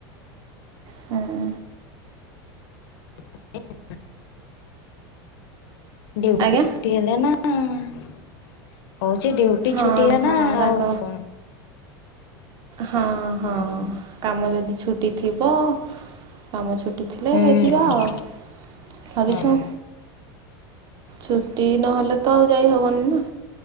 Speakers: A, on the right; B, on the left.
A: ହୁଁ
B: <unintelligible> ଡ୍ୟୁଟି
A: ଆଜ୍ଞା
B: ଛୁଟି ହେଲା ନା ଛି ଡ୍ୟୁଟି
A: ହଁ
B: ଛୁଟି ହେଲା
A: ହଁ
B: ନା
A: ତାଙ୍କ
B: ଆଉ କଣ?
A: ହଁ ହଁ
B: ହୁଁ
A: କାମ ଯଦି ଛୁଟି ଥିବ କାମ ଛୁ- ହେଲେ
B: ହୁଁ
A: ହେ ଯିବା ଆଉ ଭାବିଛ
B: ହଁ
A: ଛୁଟି ନହେଲେ ତ ଆଉ ଯାଇ ହବନି ନା